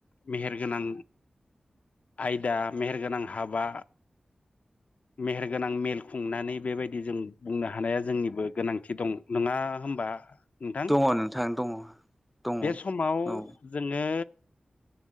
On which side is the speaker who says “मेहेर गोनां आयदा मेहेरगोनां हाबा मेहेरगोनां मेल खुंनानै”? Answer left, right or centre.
Left